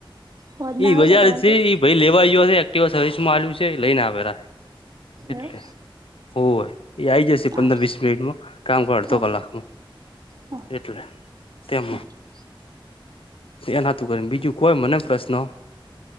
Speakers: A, on the right; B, on the left.
A: હોજ ના
B: ઈ
A: આવે
B: બજાર
A: તો ધવલભાઈ
B: છે, એ ભાઈ લેવા આવ્યો. એક્ટવા સર્વિસ માંગ્યું છે, લઈ ને આવેલા. એટલે
A: એવું
B: હોય, એ આ આવી જશે, પંદર-વીસ
A: હારું
B: મિનિટમાં કામ પર. અડધો
A: હો
B: કલાકમાં,
A: હો
B: એટલે તેમ.
A: હારું.
B: એ નાતું કર્યું, બીજું કોઈ મને પ્રશ્ન?